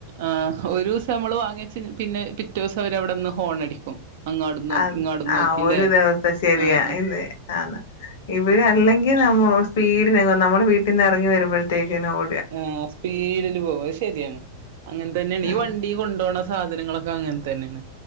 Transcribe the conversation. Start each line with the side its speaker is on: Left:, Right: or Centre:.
Right: ആഹ് ഒരൂസം നമ്മള് വാങ്ങിച്ച് പിന്നെ പിറ്റേ ദിവസം അവര് അവിടെന്ന് ഹോണടിക്കും അങ്ങാടും നോക്കി
Left: അത്
Right: ഇങ്ങാടും നോക്കില്ലേ
Left: ആഹ് ഒരു ദിവസം ശരിയാ
Right: ആ ആ
Left: ആന്ന് ഇവര് അല്ലെങ്കിൽ നമ്മൾ സ്പീഡിനങ്ങും നമ്മുടെ വീട്ടിൽ നിന്ന് ഇറങ്ങി വരുമ്പോഴത്തേക്കിന ഓ
Right: ആ സ്പീഡില് പോവും അത്ശരിയാണ് അങ്ങനെ തന്നെയാണ് ഈ വണ്ടി
Left: ഉം
Right: വണ്ടിയിൽ കൊണ്ടുപോകുന്ന സാധനങ്ങളൊക്കെ അങ്ങനെ തന്നെയാണ്